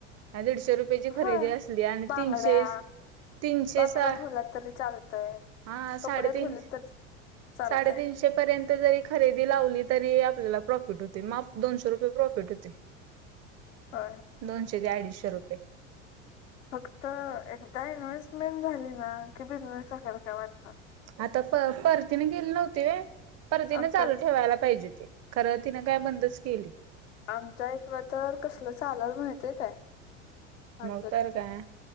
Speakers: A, on the right (about 40°); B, on the left (about 80°).
A: आ दीडशे रुपयाची खरेदी
B: होय
A: असली आणि
B: बांगड्या
A: तीनशे तीनशे
B: बांगड्या
A: सहा,
B: ठेवल्या तरी चालतय
A: हा
B: कपडे
A: साडेतीनश
B: ठेवले तर चालतय
A: साडेतीनशे तीनशे पर्यंत जरी खरेदी लावली तरी आपल्याला प्रॉफिट होते मा दोनशे रुपये प्रॉफिट होते
B: हा
A: दोनशे ते अडीचशे रुपये
B: फक्त एकदा इन्व्हेस्टमेंट झाली ना की बिझनेस टाकायला काय वाटत
A: आता प परतीनं गेलल होतय व्हय परतीनं
B: आमच्यात
A: चालू ठेवायला पाहिजे होती, खरं तिनं काय बंदच केली
B: आमच्या ईकडं तर कसलं चालल माहितीय काय आमच्या
A: मग तर काय,